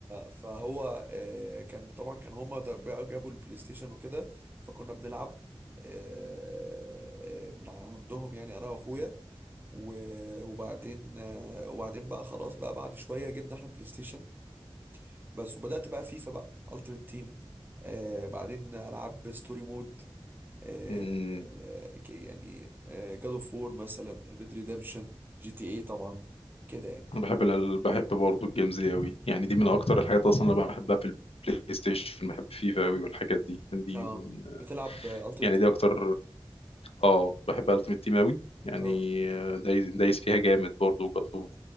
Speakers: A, on the right; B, on the left.
A: فهو آه، كان طبعا كان هما ده- بقى جابوا البلاي ستيشن وكده فكنا بنلعب آه، آه، من عندهم يعني انا واخويا و- وبعدين آه، وبعدين بقى خلاص بقى بعد شويه جبنا احنا بلاي ستيشن بس وبدات بقى فيفا بقى التيمت تيم بعدين العاب ستوري مود آه،
B: امم
A: آه، ك- يعني جاد اوف وور مثلا ريد ريدمشن جي تي اي طبعا كده يعني
B: أنا بحب ال... بحب برضه الجيمز دي قوي يعني دي من اكتر الحاجات اصلا اللي بحبها في البلاي ستيشن بحب فيفا قوي والحاجات دي يعني دي
A: اه
B: من...
A: بتلعب التيمت
B: يعني دي اكتر اه بحب التيمت تيم قوي يعني
A: تيم
B: آه، دايس دايس فيها جامد برضه وجات